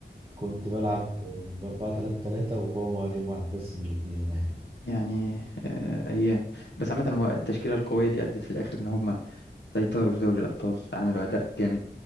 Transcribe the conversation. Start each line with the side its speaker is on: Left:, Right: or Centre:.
Right: كنت بلعب ب 4 3 3 وهو مهاجم واحد بس من الاثنين يعني
Left: يعني آه ايام بس عامة هو التشكيلة القوية دي أدت في الآخر إن هم سيطروا في دوري الأبطال عملوا أداء جامد